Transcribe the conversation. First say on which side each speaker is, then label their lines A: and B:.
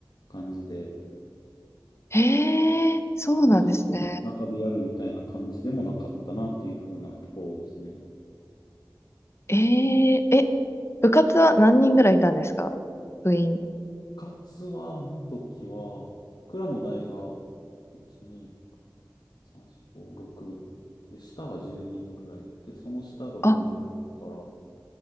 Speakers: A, on the left; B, on the left.
A: 感じで、
B: へえ、そうなんですね。
A: まず中でやるみたいな感じでもなかったなっていう風なところですね。
B: ええ、え、部活は何人ぐらいいたんですか部員。
A: 部活は、あの時は、蔵の代が1、2、3、4、5、6、で、下が10人ぐらいいて、その下が5人ぐらいだから、
B: あ、
A: ま